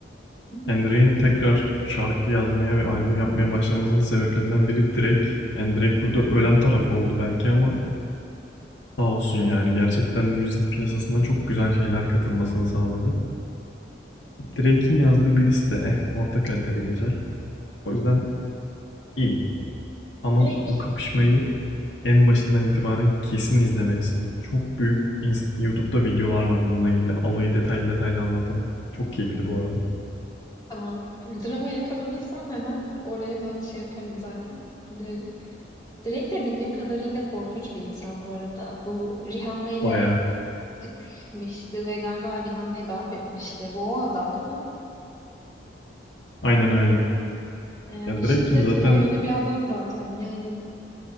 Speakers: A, on the left; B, on the left.
A: Hı hı.
B: Kendrick'in tekrar şarkı yazmaya ve albüm yapmaya başlamasının sebeplerinden biri Drake. Yani Drake burada ölen taraf oldu belki ama sağ olsun yani gerçekten müzik piyasasına çok güzel şeyler katılmasını sağladı. Drake'in yazdığı bir liste eh orta kalitede güzel. O yüzden iyi. Ama
A: Drake
B: bu kapışmayı en başından itibaren kesin izlemelisin. Çok büyük ins- YouTube'da videolar var bununla ilgili. Alayı detaylı detaylı anlatan. Çok keyifli bu arada.
A: tamam. Drama yakaladıysam hemen oraya ben şey yaparım zaten. Giderim. Drake de bildiğim kadarıyla korkunç bir insan bu arada. Bu Rihanna'yla
B: Bayağı.
A: çıkmıştı ve galiba Rihanna'yı darp etmişti. Bu o adam değil mi?
B: Aynen öyle.
A: E, Yani
B: Ya Drake'in
A: şiddet
B: zaten
A: faili bir adam zaten. Yani